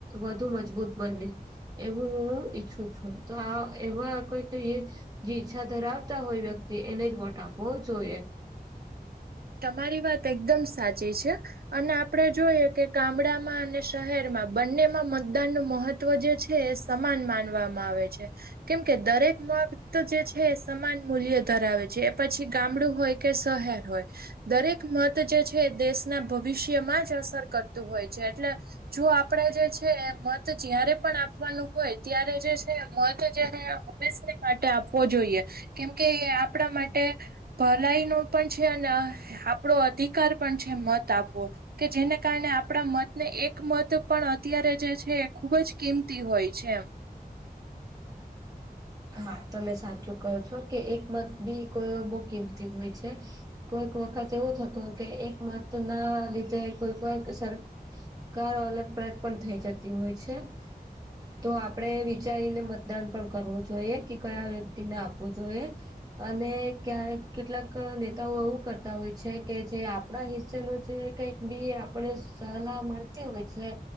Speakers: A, on the right; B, on the right.
A: વધુ મજબૂત બને. એવું હું ઈચ્છું છું તો આ એવા કઈ તો ઈ જે ઈચ્છા ધરાવતા હોય વ્યક્તિ એને જ વોટ આપવો જોઈએ.
B: તમારી વાત એકદમ સાચી છે. અને આપડે જોઈએ કે ગામડામાં અને શહેરમાં બંનેમાં મતદાન નું મહત ત્વ જે છે એ સમાન માનવામાં માવે છે કેમ કે દરેક મક્ત જે છે સમાન મૂલ્ય ધરાવે છે પછી ગામડું હોય કે શહેર હોય. દરેક મત જે છે દેશના ભવિષ્યમાં જ અસર કરતું હોય છે એટલે જો આપડે જે છે મત જયારે પણ આપવાનું હોય ત્યારે જે છે મત જે માટે આપવો જોઈએ કેમકે આપણા માટે ભલાઈ નો પણ છે આપડો અધિકાર પણ છે મત આપવો. કે જેને કારણે આપણા મતને એક મત પણ અત્યારે જે છે ખૂબ જ કિંમતી હોય છે એ
A: હા તમે સાચું કહો છો કે એક મત બી કોઈ બહુ કીમતી હોય છે. કોઈક વખત એવું થતું કે એક મત ના લીધે કોઈવાર <unintelligible> કાયા અલટ પલટ પણ થઈ જતી હોય છે. તો આપડણે વિચારીને મતદાન પણ કરવું. જોઈએ કે કયા વ્યક્તિ ને આપવું જોઈએ. અને ક કેટલાક નેતાઓ એવું કરતા હોય છે કે જે આપણા હિસ્સેનું જે કઈક બી આપણે સલાહ મળતી હોય છે.